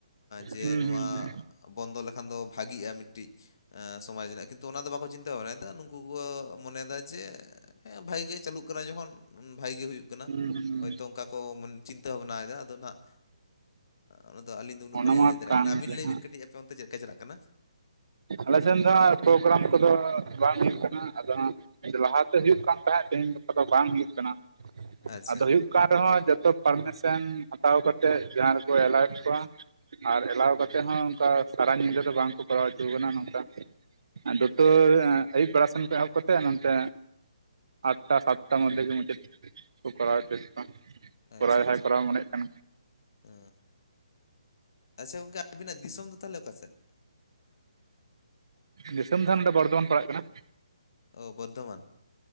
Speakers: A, on the left; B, on the right.
A: ᱡᱮ
B: ᱦᱩᱸ
A: ᱱᱚᱣᱟ
B: ᱦᱩᱸ ᱦᱩᱸ
A: ᱵᱚᱱᱫᱚ ᱞᱮᱠᱷᱟᱱ ᱫᱚ ᱵᱷᱟᱜᱤᱜᱼᱟ, ᱢᱤᱫᱴᱤᱡᱼᱼ ᱥᱚᱢᱟᱡᱽ ᱨᱮᱱᱟᱜ ᱠᱤᱱᱛᱩ ᱚᱱᱟ ᱫᱚ ᱵᱟᱠᱚ ᱪᱤᱱᱛᱟᱹ ᱵᱷᱟᱲᱱᱟ ᱛᱮ ᱱᱩᱠᱩ ᱠᱚ ᱢᱚᱱᱮᱭᱮᱫᱟ ᱡᱮ ᱦᱮᱸ ᱵᱷᱟᱜᱮ ᱜᱮ ᱪᱟᱹᱞᱩᱜ ᱠᱟᱱᱟ ᱡᱚᱠᱷᱚᱱ ᱵᱷᱟᱜ ᱜᱮ ᱦᱩᱭᱩᱜ ᱠᱟᱱᱟ᱾
B: ᱦᱩᱸ ᱦᱩᱸ
A: ᱦᱳᱭᱛᱳ ᱚᱱᱠᱟ ᱠᱚ ᱪᱤᱱᱛᱟᱹ ᱵᱷᱟᱵᱽᱱᱟᱭᱮᱫᱟ ᱟᱫᱚ ᱦᱟᱸᱜ᱾ ᱚᱱᱟᱫᱚ ᱟᱹᱞᱤᱧ ᱫᱚ ᱩᱱᱟᱹᱜ
B: ᱚᱱᱟ
A: ᱵᱟᱹᱞᱤᱧ
B: ᱢᱟ
A: ᱞᱟᱹᱭ ᱫᱟᱲᱮᱭᱟᱜ
B: ᱠᱟᱱ
A: ᱠᱟᱱᱟ, ᱟᱹᱵᱤᱱ
B: ᱜᱮ
A: ᱞᱟᱹᱭ
B: ᱦᱟᱸᱜ
A: ᱵᱤᱱ ᱠᱟᱹᱴᱤᱡ ᱟᱯᱮ ᱚᱱᱛᱮ ᱪᱮᱫ ᱞᱮᱠᱟ ᱪᱟᱞᱟᱜ ᱠᱟᱱᱟ?
B: ᱟᱞᱮᱥᱮᱱ ᱫᱚ ᱦᱟᱜ ᱯᱨᱳᱜᱨᱟᱢ ᱠᱚᱫᱚ ᱵᱟᱝ ᱦᱩᱭᱩᱜ ᱠᱟᱱᱟ, ᱟᱫᱚ ᱦᱟᱸᱜᱼᱼ ᱞᱟᱦᱟᱛᱮ ᱦᱩᱭᱩᱜ ᱠᱟᱱ ᱛᱟᱦᱮᱸᱫ ᱛᱮᱦᱮᱧ ᱜᱟᱯᱟ ᱫᱚ ᱵᱟᱝ ᱦᱩᱭᱩᱜ ᱠᱟᱱᱟ,
A: ᱟᱪᱪᱷᱟ
B: ᱟᱫᱚ ᱦᱩᱭᱩᱜᱼᱼ ᱫᱚᱠᱟᱱ ᱨᱮᱦᱚᱸ ᱡᱚᱛᱚ ᱯᱟᱨᱢᱤᱥᱚᱱ ᱦᱟᱛᱟᱣ ᱠᱟᱛᱮ ᱡᱟᱦᱟᱸ ᱨᱮᱠᱚ ᱮᱞᱟᱣᱮᱫ ᱠᱚᱣᱟ᱾ ᱟᱨ ᱮᱞᱟᱣ ᱠᱟᱛᱮᱫ ᱦᱚᱸ ᱚᱱᱠᱟ ᱥᱟᱨᱟ ᱧᱤᱫᱟᱹ ᱫᱚ ᱵᱟᱝᱠᱚ ᱠᱚᱨᱟᱣᱼᱼ <unintelligible> ᱟᱠᱟᱱᱟ ᱱᱚᱝᱠᱟ ᱫᱩᱴᱳ ᱟᱹᱭᱩᱵ ᱵᱮᱲᱟ ᱥᱮᱱ ᱠᱷᱚᱱ ᱮᱦᱚᱵ ᱠᱟᱛᱮᱫ ᱱᱚᱱᱛᱮᱼᱼ ᱟᱴᱴᱟ ᱥᱟᱛᱴᱟ ᱢᱚᱫᱫᱷᱮ ᱜᱮ ᱢᱩᱪᱟᱹᱫ ᱠᱚ ᱠᱚᱨᱟᱣ ᱚᱪᱚᱭᱮᱫ ᱠᱚᱣᱟ᱾
A: ᱟᱪᱪᱷᱟ
B: ᱠᱚᱨᱟᱣ ᱡᱟᱦᱟᱸᱭ
A: ᱟᱪᱪᱷᱟ᱾
B: ᱠᱚᱨᱟᱣ ᱢᱚᱱᱮᱭᱮᱫ ᱠᱟᱱ
A: ᱚ ᱟᱪᱪᱷᱟ ᱜᱚᱝᱠᱮ ᱟᱵᱤᱱᱟᱜ ᱫᱤᱥᱚᱢ ᱫᱚ ᱛᱟᱦᱚᱞᱮ ᱚᱠᱟ ᱥᱮᱫ?
B: ᱫᱤᱥᱚᱢ ᱫᱮᱱ ᱫᱷᱚ ᱵᱚᱨᱫᱷᱚᱢᱟᱱ ᱯᱟᱲᱟᱜ ᱠᱟᱱᱟ ᱾
A: ᱚ ᱵᱚᱨᱫᱷᱚᱢᱟᱱ